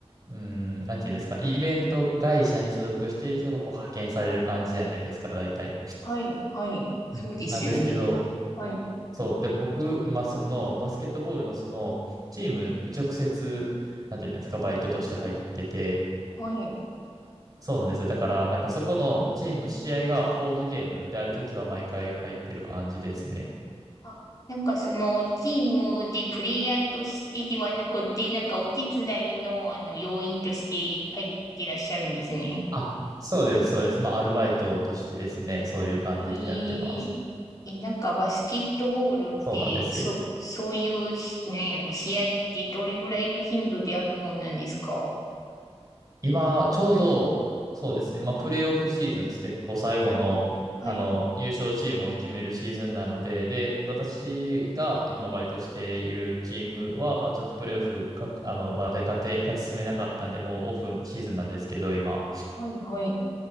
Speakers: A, on the right; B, on the left.
A: うーん、なんていうんですか、イベント会社に所属している人がこう派遣される感じじゃないですか、大体。
B: はい、はい。そうですよね。
A: うんなんですけど、
B: はい、
A: そう。で、僕、今、その、バスケットボールの、その、チームに直接、なんていうんですか、バイトとして入ってて、
B: はい。
A: そうなんですよ。だから、なんかそこのチームの試合がホームゲームであるときは毎回入ってる感じですね。
B: あ、なんかその、チームでプレイヤーとしてではなくて、なんかお手伝いの、あの、要員として入ってらっしゃるんですね。
A: あ、そうです、そうです。まあ、アルバイトとしてですね、そういう感じでやってます。
B: えええ、なんかバスケットボールって、
A: そうなんですよ。
B: そ、そういうひ、なんやろ、試合ってどれぐらいの頻度であるもんなんですか
A: 今、ちょうど、そうですね、まあ、プレーオフシーズンつって、こう、最後の、
B: はい、
A: あの、優勝チームを決めるシーズンなので、で、私が今バイトしているチームは、ちょっとプレーオフか、あの、まで勝て、勝ち進めなかったんで、もうオフシーズンなんですけど、今。
B: はい、はい。